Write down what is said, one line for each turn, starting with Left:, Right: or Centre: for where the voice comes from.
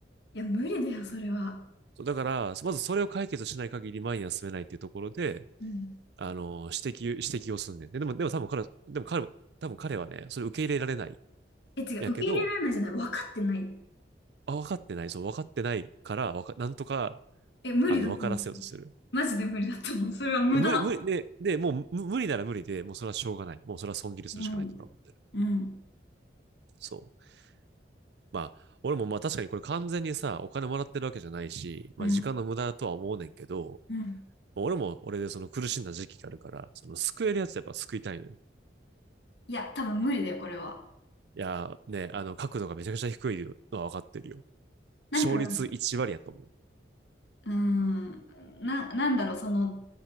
Left: いや無理だよそれは。
Right: そうだから、まずそれを解決しない限り前には進めないっていうところで、
Left: うん
Right: あの、指摘、指摘をすんねん。で、でも、でも多分彼は、でも彼も、多分彼はね、それ受け入れられない。
Left: え、違う、
Right: やけど、
Left: 受け入れられないじゃない、分かってない。
Right: あ、分かってない。そう、分かってないから、わか、なんとか、
Left: え、無理だと思う。
Right: あの、分からせようとする。
Left: マジで無理だと思う。それは無駄。
Right: で、無理、無理、で、で、もう無無理なら無理で、もうそれはしょうがない。もうそれは損切りするしかないと俺は思ってる。
Left: うん、うん、
Right: そう。まあ、俺もまあ確かにこれ完全にさ、お金もらってるわけじゃないし、まあ時間の無駄とは思うねんけど、
Left: うん、うん。
Right: 俺も俺でその苦しんだ時期があるから、その救えるやつやっぱ救いたいのよ。
Left: いや、多分無理だよ、これは。
Right: いやー、ね、あの角度がめちゃくちゃ低いのは分かってるよ。
Left: なんか、
Right: 勝率1割やと思
Left: うーん、な、なんだろう、その、